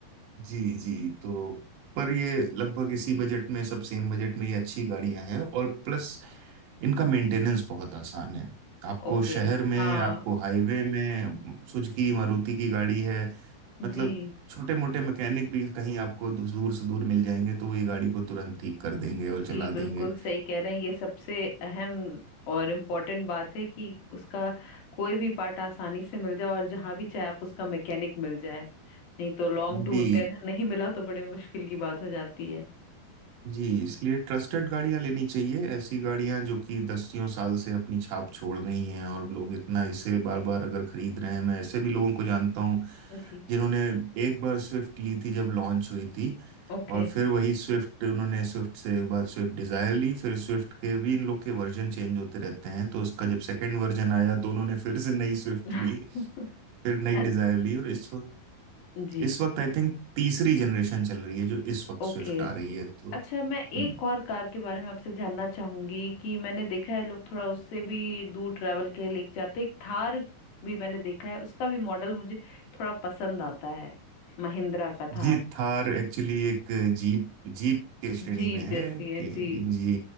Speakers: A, on the right; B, on the left.
A: जी जी तो पर ये लगभग इसी बजट में सब सेम बजट में ये अच्छी गाड़ियां हैं और प्लस इनका मेंटेनेंस बहुत आसान है आपको
B: ओके
A: शहर में
B: हाँ
A: आपको हाईवे में सुजुकी मारुति की गाड़ी है मतलब
B: जी
A: छोटे मोटे मैकेनिक भी कहीं आपको दूर दूर से दूर मिल जाएंगे तो वो ये गाड़ी को तुरंत ठीक कर देंगे और
B: जी
A: चला देंगे
B: बिल्कुल सही कह रहे हैं ये सबसे अहम और इम्पोर्टेंट बात है कि उसका कोई भी पार्ट आसानी से मिल जाए और जहाँ भी चाहे आप उसका मैकेनिक मिल जाए नहीं तो लॉन्ग टूर
A: जी
B: पे अगर नहीं मिला तो बड़ी मुश्किल की बात हो जाती है
A: जी इसलिए ट्रस्टेड गाड़ियां लेनी चाहिए ऐसी गाड़ियां जो कि दसियों साल से अपनी छाप छोड़ रही हैं और लोग इतना इसे बार बार अगर खरीद रहे हैं मैं ऐसे भी लोगों को जानता हूँ
B: जी
A: जिन्होंने एक बार स्विफ्ट ली थी जब लॉन्च हुई थी
B: ओके
A: और फिर वही स्विफ्ट उन्होंने स्विफ्ट से बाद स्विफ्ट डिजायर ली फिर स्विफ्ट के भी इन लोग के वर्जन चेंज होते रहते हैं तो उसका जब सेकंड वर्जन आया तो उन्होंने फिर से नई स्विफ्ट
B: <laughs>
A: ली फिर नई
B: अ-
A: डिजायर ली और इस वक्त
B: जी
A: इस वक्त आई थिंक तीसरी जनरेशन चल रही है जो इस वक्त
B: ओके
A: स्विफ्ट आ रही है तो
B: अच्छा मैं
A: हम्म
B: एक और कार के बारे में आपसे जानना चाहूंगी कि मैंने देखा है लोग थोड़ा उससे भी दूर ट्रैवल के लिए लेके जाते एक थार भी मैंने देखा है उसका भी मॉडल मुझे थोड़ा पसंद आता है महिंद्रा का थार
A: जी थार एक्चुअली एक जीप जीप के श्रेणी
B: जीप
A: में है
B: जैसी है
A: कि
B: जी
A: जी